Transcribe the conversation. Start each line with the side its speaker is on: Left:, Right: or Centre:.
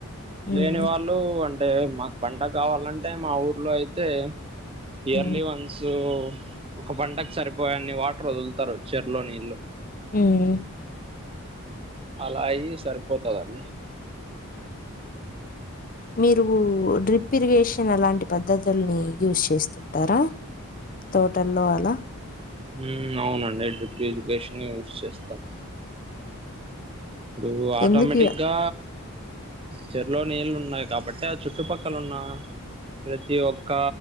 Left: హ్మ్.
Right: లేని వాళ్ళు అంటే మాకు పంట కావాలంటే మా ఊర్లో అయితే ఇయర్లీ
Left: హ్మ్.
Right: వన్స్ ఒక పంటకు సరిపోయన్ని వాటర్ వదులుతారు చెర్లో నీళ్లు
Left: ఉమ్
Right: అలా అయ్యి సరిపోతదాండి
Left: మీరు డ్రిప్ పిరిగేషన్ అలాంటి పద్ధతుల్ని యూస్ చేస్తుంటారా తోటల్లో అలా
Right: హ్మ్ అవునండి డ్రిప్ ఎడ్యుకేషనే యూస్చేస్తాం ఇప్పుడు ఆటోమేటిక్గా
Left: ఎందుకు
Right: చెరువులో నీళ్ళు ఉన్నాయి కాబట్టి ఆ చుట్టుపక్కల ఉన్నా ప్రతి ఒక్క